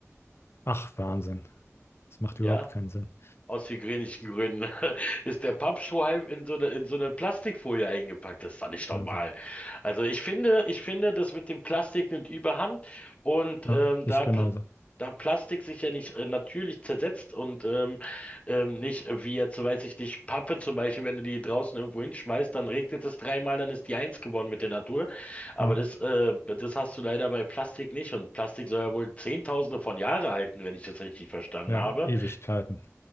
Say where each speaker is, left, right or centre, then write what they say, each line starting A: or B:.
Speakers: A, on the left (about 55°); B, on the left (about 25°).
A: Ach, Wahnsinn. Das macht überhaupt
B: Ja,
A: keinen Sinn.
B: Aus hygienischen Gründen <laughs> ist der Pappstrohhalm in so eine, in so eine Plastikfolie eingepackt. Das ist doch nicht normal.
A: Wahnsinn.
B: Also ich finde, ich finde, das mit dem Plastik nimmt überhand und
A: Ja,
B: ähm,
A: ich
B: da,
A: genauso.
B: Pl- da Plastik sich ja nicht äh, natürlich zersetzt und ähm, ähm, nicht äh, wie jetzt, weiß ich nicht, Pappe zum Beispiel, wenn du die draußen irgendwo hinschmeißt, dann regnet es dreimal, dann ist die eins geworden mit der Natur. Aber
A: Ja.
B: das, äh, das hast du leider bei Plastik nicht und Plastik soll ja wohl Zehntausende von Jahre halten, wenn ich das richtig verstanden
A: Ja,
B: habe.
A: Ewigkeiten.